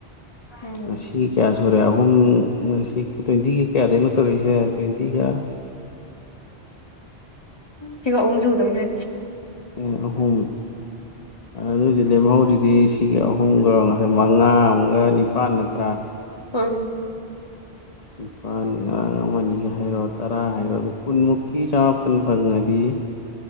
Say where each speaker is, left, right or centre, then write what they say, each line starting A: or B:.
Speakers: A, on the left; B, on the left.
A: ꯎꯝ
B: ꯉꯁꯤ ꯀꯌꯥ ꯁꯨꯔꯦ ꯑꯍꯨꯝ ꯉꯁꯤ ꯇ꯭ꯋꯦꯟꯇꯤꯒ ꯀꯌꯥꯗꯩꯅꯣ ꯇꯧꯔꯛꯏꯁꯦ ꯇ꯭ꯋꯦꯟꯇꯤꯒ
A: ꯁꯤꯒ ꯑꯍꯨꯝ ꯁꯨꯗꯣꯢꯅꯦ
B: ꯑꯦ ꯑꯍꯨꯝ ꯑꯗꯨꯏꯗꯤ ꯂꯦꯝꯍꯧꯔꯤꯗꯤ ꯁꯤꯒ ꯑꯍꯨꯝꯒ ꯉꯁꯥꯏ ꯃꯉꯥ ꯑꯃꯒ ꯅꯤꯄꯥꯥꯟ ꯅꯠꯇ꯭ꯔꯥ
A: ꯎꯝ
B: ꯂꯨꯄꯥꯥꯟ ꯉꯔꯥꯡ ꯑꯃꯅꯤꯒ ꯍꯥꯏꯔꯣ ꯇꯔꯥ ꯍꯥꯏꯔꯣ ꯑꯗꯨ ꯀꯨꯟꯃꯨꯛꯀꯤ ꯆꯃ ꯈꯨꯟ ꯐꯪꯉꯗꯤ